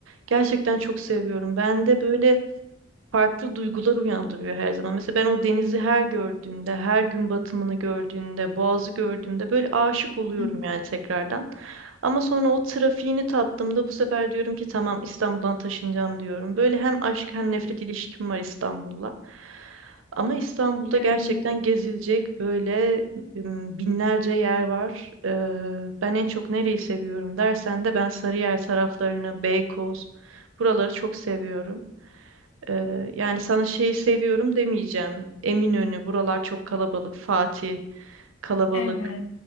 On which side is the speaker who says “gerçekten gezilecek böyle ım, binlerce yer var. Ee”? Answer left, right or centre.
Right